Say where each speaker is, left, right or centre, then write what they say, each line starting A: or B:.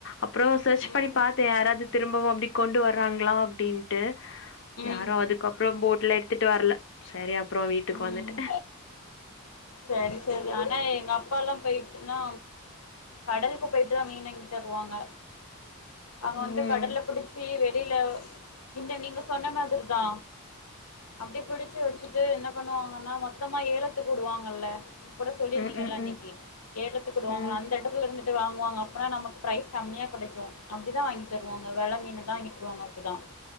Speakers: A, on the left; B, on the left.
A: அப்புறோ சர்ச் பண்ணி
B: ம்
A: பாத்தேன் யாராவது திரும்பவும் அப்டி கொண்டு வர்றாங்களா அப்டின்ட்டு
B: ம்
A: யாரும் அதுக்கப்புறோ போட்ல எடுத்துட்டு வரல சரி அப்றோ வீட்டுக்கு வந்துட்டே
B: ம் சரி சரி ஆனா எங்க அப்பா எல்லாம் பேயிட்டுனா கடலுக்கு போயிட்டுதா மீனு வாங்கிட்டு வருவாங்க அவங்க
A: ம்
B: வந்து கடல்ல புடிச்சி வெ ளில இந்த நீங்க சொன்ன மாதிரி தா அப்டி பிடிச்சு வச்சுட்டு என்ன பண்ணுவாங்கன்னா மொத்தமா ஏலத்துக்குடுவாங் கல்ல கூட சொல்லியிருந்தீங்கல
A: ம் ம் ம்
B: இன்னைக்கு ஏலத்து வுடுவாங்கள
A: ம்
B: அந்த எடத்துல இருந்து ந்து வாங்குவாங்க அப்றோ நமக்கு பிரரைஸ் கம்மியா கிடைக்கும் அப்டிதா வாங்கிட்டு வருவாங்க வெல மீன் தா வாங்கிட்ருவாங்க அப்டிதா